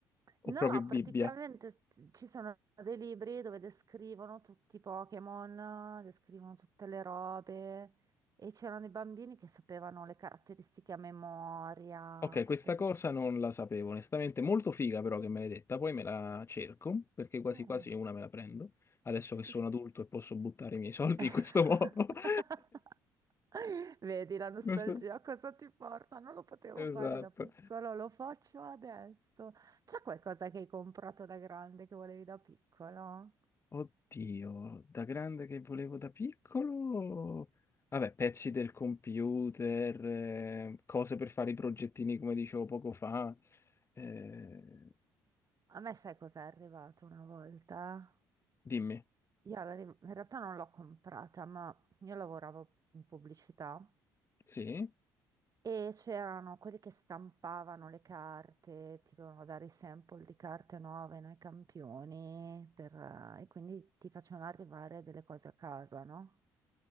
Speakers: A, on the left (about 25°); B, on the right (about 35°).
A: o
B: No,
A: proprio Bibbia?
B: praticamente st- ci sono dei libri dove descrivono tutti i Pokémon, descrivono tutte le robe e c'erano dei bambini che sapevano le caratteristiche a memoria,
A: Ok, questa
B: tutte queste...
A: cosa non la sapevo, onestamente. Molto figa però che me l'hai detta, poi me la cerco, perché quasi
B: Eh,
A: quasi una me la prendo, adesso
B: sì,
A: che sono
B: sì.
A: adulto e posso buttare i miei soldi
B: <laughs>
A: in questo modo. <laughs>
B: Vedi la nostalgia,
A: Non so-
B: a cosa ti porta? Non lo potevo
A: Esatto.
B: fare da piccolo, lo faccio adesso. C'è qualcosa che hai comprato da grande che volevi da piccolo?
A: Oddio, da grande che volevo da piccolo... Vabbè, pezzi del computer, eh, cose per fare i progettini come dicevo poco fa. eh,
B: A me sai cos'è arrivato una volta?
A: Dimmi,
B: Io la- in realtà non l'ho comprata, ma io lavoravo in pubblicità
A: sì?
B: e c'erano quelli che stampavano le carte, ti dovevano dare i sample di carte nuove, noi campioni, per, eh, e quindi ti facevano arrivare delle cose a casa, no?